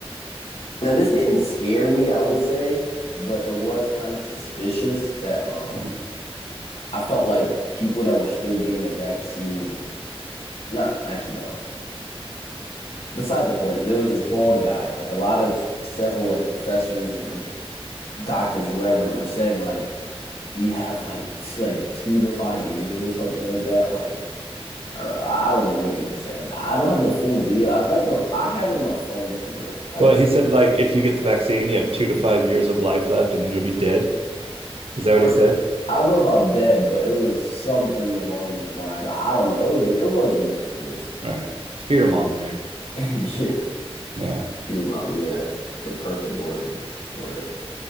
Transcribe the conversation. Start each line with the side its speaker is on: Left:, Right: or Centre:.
Left: now this didn't scare me, I would say, but it was kind of suspicious that um
Right: Mhm.
Left: I felt like people that were still getting the vaccine, not actually no. Besides the point, there was this bald guy, like a lot of several like professors or doctors or whatever were saying like you have like t- like two to five years or something like that. Like or I don't know what he was saying. I don't have the full video. I think of, I have it in my phone somewhere. I
Right: Well,
Left: would say,
Right: he said like if you get the vaccine, you have two to five years of life left, and then you'll be dead. Is that what
Left: or
Right: he said?
Left: I don't know about dead, but it was something along those lines. I don't know. It was it was ridiculous.
Right: All right.
Left: <laughs>
Right: Fear mongering.
Left: Yeah,
Right: Yeah.
Left: fearbog. Yeah, the perfect word for it.